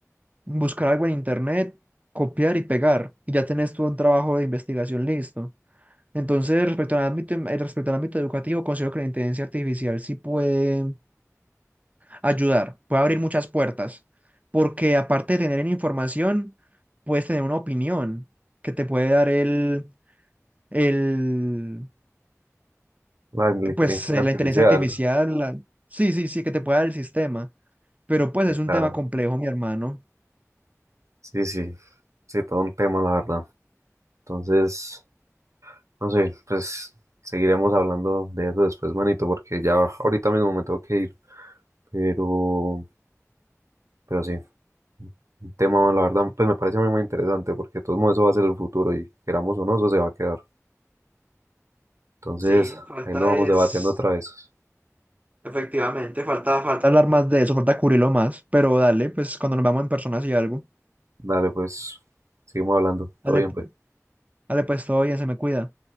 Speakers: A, on the right; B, on the right.
A: buscar algo en internet, copiar y pegar, y ya tenés todo un trabajo de investigación listo. Entonces, respecto al ámbito, em- eh, respecto al ámbito educativo, considero que la inteligencia artificial sí puede ayudar, puede abrir muchas puertas, porque aparte de tener información, puedes tener una opinión que te puede dar el, el,
B: La, la inteligencia
A: pues, eh,
B: artificial,
A: la inteligencia artificial, la- sí, sí, sí, que te puede dar el sistema, pero pues
B: sí,
A: es
B: claro.
A: un tema complejo, mi hermano.
B: Sí, sí, sí, todo un tema, la verdad. Entonces, no sé, pues seguiremos hablando de eso después, manito, porque ya ahorita mismo me tengo que ir. Pero, pero sí, un tema, la verdad, pues me parece a mí muy interesante porque de todos modos eso va a ser el futuro y queramos o no, eso se va a quedar. Entonces,
A: Sí, falta
B: ahí lo vamos
A: es
B: debatiendo otra vez.
A: Efectivamente, falta, falta hablar más de eso, falta cubrirlo más, pero dale, pues cuando nos vamos en persona y algo.
B: Dale, pues, seguimos hablando. Todo
A: Dale,
B: bien, pues.
A: dale pues todo bien, se me cuida.